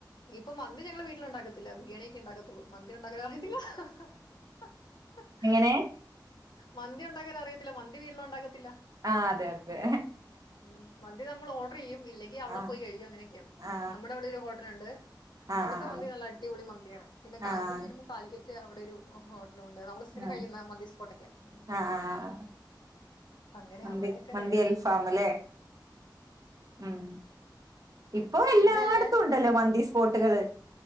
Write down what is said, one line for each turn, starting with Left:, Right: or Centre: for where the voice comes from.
Left: ഇപ്പൊ മന്തി ഞങ്ങള് വീട്ടില് ഉണ്ടാക്കത്തില്ല ബിരിയാണിയൊക്കെ ഉണ്ടാക്കത്തുള്ളൂ മന്തി ഉണ്ടാക്കാൻ അറിയത്തില്ല ആഹ്
Right: എങ്ങനെ
Left: മന്തി ഉണ്ടാകാൻ അറിയത്തില്ല മന്തി വീട്ടില് ഉണ്ടാകത്തില്ല
Right: ആഹ് അതെ അതെ
Left: ഉംമന്തി നമ്മൾ ഓർഡർ ചെയ്യും ഇല്ലെങ്കി അവിടെ
Right: ആഹ്
Left: പോയി കഴിയും അങ്ങനെയൊക്കെയാണ്
Right: ആഹ്
Left: നമ്മടെ അവിടെ ഒരു ഹോട്ടലുണ്ട്
Right: ആഹ്
Left: അവിടുത്തെ
Right: ആഹ്
Left: മന്തി നല്ല അടിപൊളി മന്തിയാണ് പിന്നെ കാലിക്കിറ്റ്
Right: ആഹ്
Left: വരുമ്പോ കാലിക്കറ്റ് അവിടെ ഒരു ഹോട്ടലുണ്ട് നമ്മൾ സ്ഥിരം
Right: ആഹ്
Left: കഴിയുന്ന മീ സ്പോട്ട് ഒക്കെ ഉം
Right: ആഹ് ആഹ്
Left: അങ്ങനെ
Right: മന്തി
Left: അവിടെയൊക്കെ
Right: മന്തി
Left: കഴിക്കും
Right: അൽഫാമല്ലേ ഉം ഇപ്പൊ എല്ലാട്ത്തും
Left: പിന്നെ എല്ലാരും
Right: ഉണ്ടല്ലോ
Left: വരണം
Right: മന്തി സ്പോട്ടുകള്